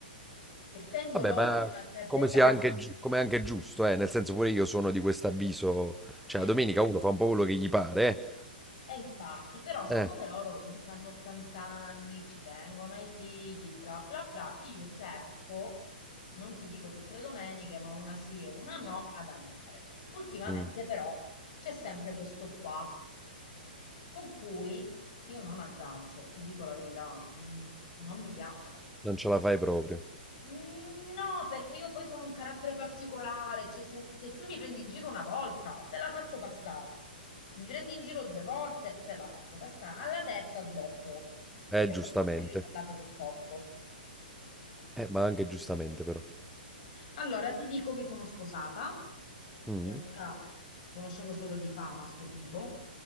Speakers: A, on the left; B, in the centre.
A: essendo
B: Vabbè,
A: loro
B: ma
A: di una certa
B: come
A: età,
B: sia anche, giu- come è anche giusto, eh? Nel senso pure io sono di questo avviso, cioè
A: eh,
B: la domenica uno fa un po' quello che gli pare,
A: E infatti, però, siccome
B: eh? Eh,
A: loro comunque hanno 80 anni, ci tengono ai figli, bla bla bla, io cerco, non ti dico tutte le domeniche, ma una sì e una no, ad andare. Ultimamente,
B: mm,
A: però, c'è sempre questo qua, con cui io non aggancio, ti dico la verità, non, non mi piace.
B: non ce la fai proprio.
A: Mm, No, perché io poi sono un carattere particolare, cioè se, se tu mi prendi in giro una volta, te la faccio passare. Mi prendi in giro due volte, te la faccio passare. Alla terza sbotto
B: Eh,
A: e
B: giustamente.
A: poi passo io dal lato del torto.
B: Eh, ma anche giustamente però.
A: Allora, ti dico, mi sono sposata
B: Mm,
A: e ancora conoscevo solo di fama sto tipo.